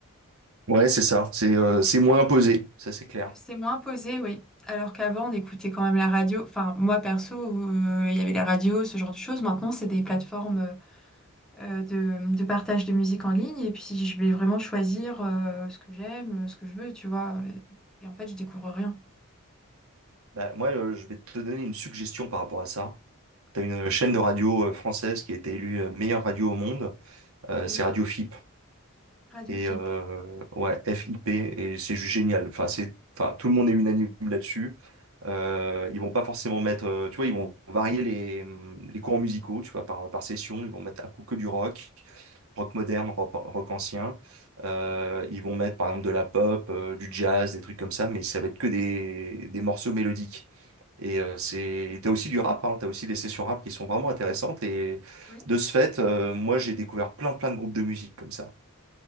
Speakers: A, on the right; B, in the centre.
A: Ouais, c'est ça. C'est euh, c'est moins imposé, ça c'est clair.
B: C'est moins posé, oui. Alors qu'avant, on écoutait quand même la radio. Enfin, moi perso, euh, il y avait la radio, ce genre de choses. Maintenant, c'est des plateformes. euh, euh, de, de partage de musique en ligne. Et puis, je vais vraiment choisir euh, ce que j'aime, euh, ce que je veux, tu vois. Et, et en fait, je découvre rien.
A: Bah, moi, euh, je vais te donner une suggestion par rapport à ça. T'as une chaîne de radio euh, française qui a été élue euh, meilleure radio au monde. euh,
B: Oui,
A: c'est Radio FIP.
B: Radio
A: Et
B: FIP.
A: euh, ouais, FIP, et c'est juste génial. Enfin, c'est, enfin, tout le monde est unanime là-dessus. Euh, ils vont pas forcément mettre, euh, tu vois, ils vont varier les, les courants musicaux, tu vois, par, par session. Ils vont mettre un coup que du rock, rock moderne, rock, rock ancien. Euh, ils vont mettre, par exemple, de la pop, euh, du jazz, des trucs comme ça, mais ça va être que des, des morceaux mélodiques. Et euh, c'est, t'as aussi du rap, hein, t'as aussi des sessions rap qui sont vraiment intéressantes. Et
B: Oui,
A: de ce fait, euh, moi, j'ai découvert plein, plein de groupes de musique comme ça.